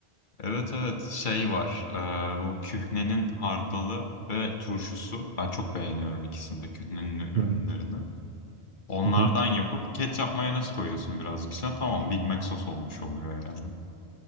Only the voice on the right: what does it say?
Hı.
Hı hı.